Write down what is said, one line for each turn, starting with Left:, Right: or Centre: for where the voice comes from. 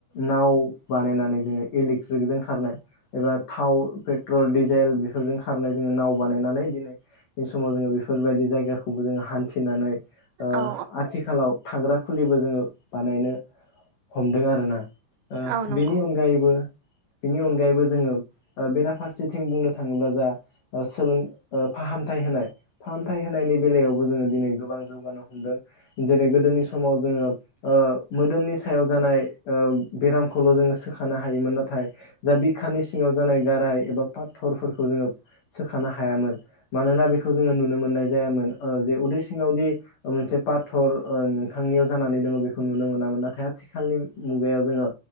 Left: नाव बानायनानै जोङो इलेकट्रिक जों खारनाय एबा थाव पेट्रल डिजेल बेफोर फोरजों खारनाय जोङो नाव बानायनानै दिनैनि समाव जोङो बेफोरबायदि जायगाखौबो जोङो हान्थिनानै ओ
Right: औ
Left: आथिखालाव थाग्रा खुलिबो जोङो बानायनो हमदों आरोना ओ
Right: औ नंगौ
Left: बेनि अनगायैबो बिनि अनगायैबो जोङो ओ बेराफारसेथिं बुंनो थाङोब्ला जा ओ सोलों फाहामथाय होनाय फाहामथाय होनायनि बेलायावबो जोङो दिनै गोबां जौगानो हमदों जेरै गोदोनि समाव जोङो ओ मोदोमनि सायाव जानाय ओ बेरामखौल' जोङो सोखानो हायोमोन नाथाय जा बिखानि सिङाव जानाय गाराय एबा फाथरफोरखौ जोङो सोखानो हायामोन मानोना बेखौ जोङो नुनो मोननाय जायामोन ओ जे उदै सिङावदि मोनसे पाथर नोंथांनियाव जानानै दङ बेखौ नुनो मोनामोन नाथाय आथिखालनि मुगायाव जोङो